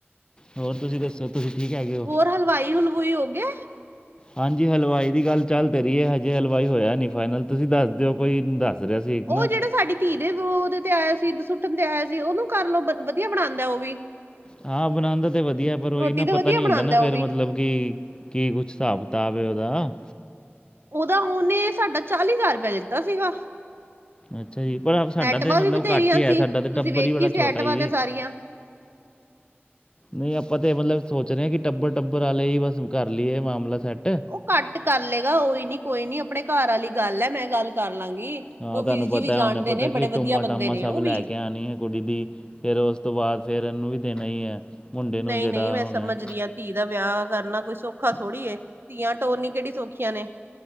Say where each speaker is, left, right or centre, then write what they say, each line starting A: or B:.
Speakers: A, on the left; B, on the right.
A: ਹੋਰ ਤੁਸੀਂ ਦੱਸੋ ਤੁਸੀ ਠੀਕ ਹੈਗੇ ਹੋ
B: ਹੋਰ ਹਲਵਾਈ ਹਲਵੁਈ ਹੋ ਗਿਆ
A: ਹਾਂਜੀ ਹਲਵਾਈ ਦੀ ਗੱਲ ਚੱਲ ਤੇ ਰਹੀ ਹੈ ਹਜੇ ਹਲਵਾਈ ਹੋਇਆ ਨਹੀਂ ਫਾਈਨਲ ਤੁਸੀਂ ਦੱਸ ਦਿਓ ਕੋਈ ਦੱਸ ਰਿਹਾ ਸੀ ਇੱਕ ਨਾ
B: ਉਹ ਜਿਹੜਾ ਸਾਡੀ ਧੀ ਦੇ ਤੇ ਗੋਦ ਤੇ ਆਇਆ ਸੀ ਸੁੱਟਣ ਤੇ ਆਇਆ ਸੀ ਉਹਨੂੰ ਕਰ ਲਓ ਵਧੀਆ ਬਣਾਉਂਦਾ ਉਹ ਵੀ
A: ਹਾਂ ਬਣਾਉਣ ਦਾ ਤੇ ਵਧੀਆ ਪਰ ਉਹੀ
B: ਰੋਟੀ
A: ਨਾ
B: ਤਾਂ
A: ਪਤਾ
B: ਵਧੀਆ
A: ਨੀ
B: ਬਣਾਉਂਦਾ
A: ਹੁੰਦਾ ਨਾ ਫੇਿਰ
B: ਉਹ ਵੀ
A: ਮਤਲਬ ਕੀ ਕੀ ਕੁਛ ਹਿਸਾਬ ਕਿਤਾਬ ਉਹਦਾ।
B: ਉਹਦਾ ਉਹਨੇ ਸਾਡਾ ਚਾਲੀ ਹਜ਼ਾਰ ਰੁਪਇਆ ਦਿੱਤਾ ਸੀਗਾ।
A: ਅੱਛਾ ਜੀ ਪਰ ਆਪ ਸਾਡਾ
B: ਐਈਟਮਾਂ
A: ਤੇ ਮਤਲਬ
B: ਵੀ ਬਥੇਰੀਆਂ
A: ਘੱਟ ਹੀ ਹੈ
B: ਸੀ।
A: ਸਾਡਾ ਤੇ
B: ਤੁਸੀਂ
A: ਟੱਬਰ
B: ਵੇਖੀ
A: ਹੀ ਬੜਾ
B: ਸੀ
A: ਛੋਟਾ
B: ਐਈਟਮਾਂ
A: ਹੀ
B: ਤੇ ਸਾਰੀਆਂ। <inaudible>
A: ਨਹੀਂ ਆਪਾਂ ਤਾਂ ਮਤਲਬ ਸੋਚ ਰਹੇ ਹਾਂ ਕਿ ਟੱਬਰ ਟੱਬਰ ਵਾਲੇ ਹੀ ਬਸ ਕਰ ਲਈਏ ਮਾਮਲਾ ਸੈੱਟ।
B: ਉਹ ਘੱਟ ਕਰ ਲਏਗਾ ਕੋਈ ਨੀ ਕੋਈ ਨੀ ਆਪਣੇ ਘਰ ਵਾਲੀ ਗੱਲ ਹੈ ਮੈਂ ਗੱਲ ਕਰ ਲਾਂਗੀ।
A: ਹਾਂ
B: ਉਹ
A: ਤੁਹਾਨੂੰ
B: ਵੀਰ
A: ਪਤਾ
B: ਜੀ ਵੀ ਜਾਣਦੇ
A: ਉਹਨੇ ਪਤਾ
B: ਨੇ
A: ਕਿ
B: ਬੜੇ ਵਧੀਆ
A: ਟੂਮਾ
B: ਬੰਦੇ
A: ਟਾਮਾ
B: ਨੇ
A: ਸਭ
B: ਉਹ ਵੀ
A: ਲੈ ਕੇ ਆਉਣੀ ਹੈ ਕੁੜੀ ਦੀ। ਫਿਰ ਉਸ ਤੋਂ ਬਾਅਦ ਫਿਰ ਇਹਨੂੰ ਵੀ ਦੇਣਾ ਹੀ ਹੈ ਮੁੰਡੇ ਨੂੰ
B: ਨਹੀਂ
A: ਜਿਹੜਾ
B: ਨਹੀਂ ਮੈਂ
A: ਹੁਣਾ
B: ਸਮਝ ਰਹੀ ਹਾਂ ਧੀ ਦਾ ਵਿਆਹ ਕਰਨਾ ਕੋਈ ਸੌਖਾ ਥੋੜ੍ਹੀ ਹੈ। ਧੀਆਂ ਟੋਰਨੀ ਕਿਹੜੀ ਸੌਖੀਆਂ ਨੇ